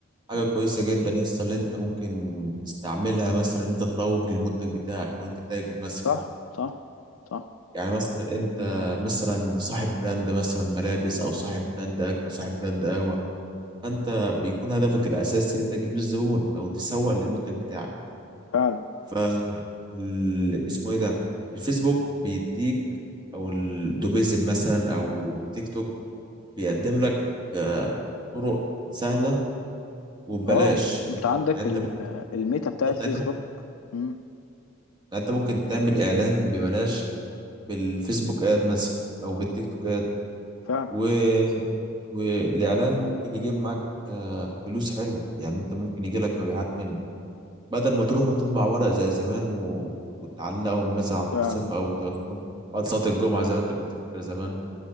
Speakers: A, on the right; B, on the left.
A: حاجة
B: مم.
A: كويسة جدا يا اسطى اللي انت ممكن تستعملها مثلا ان انت تروج للمنتج بتاعك لو انت تاجر مثلا
B: صح صح صح
A: يعني مثلا انت مثلا صاحب براند مثلا ملابس او صاحب براند اكل او صاحب براند قهوه فانت بيكون هدفك الاساسي ان انت تجيب الزبون او تسوق للمنتج بتاعك
B: فعلا
A: ف ال- اسمه ايه ده الفيسبوك بيديك او الدوبيزل مثلا او تيك توك بيقدم لك آه، طرق سهله وببلاش
B: اه انت
A: يعني
B: عندك
A: يعني
B: ال-
A: انت ممكن
B: الميتا بتاعت
A: يعني
B: فيسبوك
A: انت ممكن
B: مم.
A: يعني انت ممكن تعمل اعلان ببلاش بالفيسبوك اد مثلا او بالتيك توك
B: فعلا
A: اد والاعلان ممكن يجيب معاك آه، فلوس حلوه يعني انت ممكن يجي لك مبيعات منه بدل ما تروح وتطبع ورق زي زمان و... وتعلقهم مثلا على
B: فعلا
A: المرصفه او توزعهم بعد صلاه الجمعه زي ما انت كنت فاكر زمان